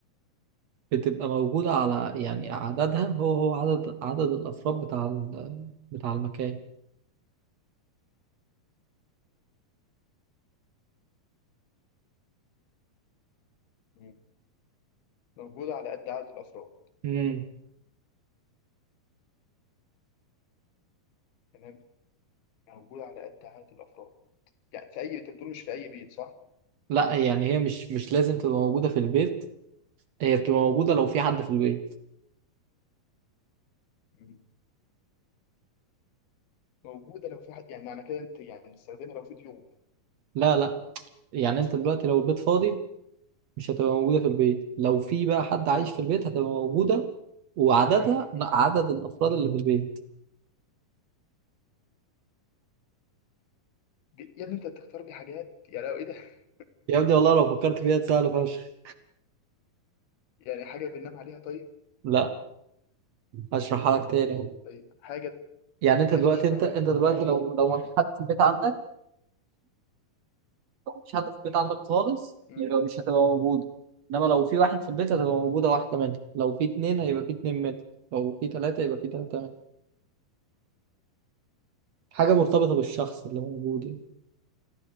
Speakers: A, on the right (about 60°); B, on the left (about 80°).
A: بتبقى موجودة على يعني عددها هو هو عدد عدد الأفراد بتاع ال- بتاع المكان
B: مم. موجوده على قد عدد الافراد
A: مم.
B: تمام موجوده على قد عدد الافراد يعني في اي انت بتقول مش في اي بيت صح
A: لا يعني هي مش مش لازم تبقى موجودة في البيت هي بتبقى موجودة لو في حد في البيت
B: مم. موجوده لو في حد يعني معنى كده انت يعني بنستخدمها لو في ضيوف
A: لا لا يعني أنت دلوقتي لو البيت فاضي مش هتبقى موجودة في البيت لو في بقى حد عايش في البيت هتبقى موجودة وعددها عدد الأفراد اللي في البيت
B: دي- يا ابني انت بتختار لي حاجات يعني لو ايه ده <laughs>
A: يا ابني والله لو فكرت فيها سهلة فشخ
B: يعني حاجه بننام عليها طيب
A: لا هشرحها لك تاني أهو.
B: طيب حاجه
A: يعني أنت
B: ماشي
A: دلوقتي
B: اشرح
A: أنت أنت دلوقتي لو لو ما في حد في البيت عندك مش هتبقى في البيت عندك خالص
B: لي مم.
A: يبقى مش هتبقى موجودة إنما لو في واحد في البيت هتبقى موجودة واحدة منها لو في اتنين هيبقى في اتنين منها لو في تلاتة يبقى في تلاتة منها حاجة مرتبطة بالشخص اللي موجود يعني